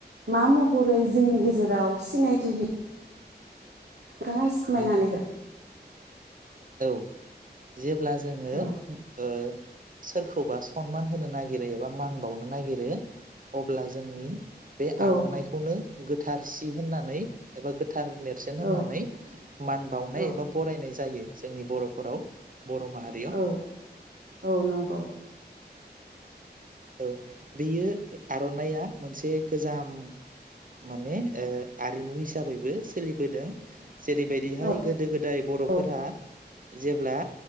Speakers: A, on the right; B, on the right.
A: मा महरै जोंनि गेजेराव सिनायथि होयो। नोंथाङा एसे फोरमायनानै
B: औ
A: हो।
B: औ जेब्ला जोंङो
A: औ
B: ओ सोरखौबा सनमान होनो नागिरो एबा मान बावनो नागिरो अब्ला जोंनि बे
A: औ
B: आर'नाइखौनो गोथार सि होननानै एबा थार नेरसोन होननानै
A: औ
B: मान बावनाय
A: औ
B: एबा बरायनाय जायो। जोंनि बर'फोराव बर' माहारियाव
A: औ औ नंगौ
B: औ बेयो आर'नाइआ मोनसे गोजाम माने ओ आरिमु हिसाबैबो सोलिबोदों। जेरैबायदिहाय
A: औ
B: गोदो गोदाय बर'फोरा
A: औ
B: जेब्ला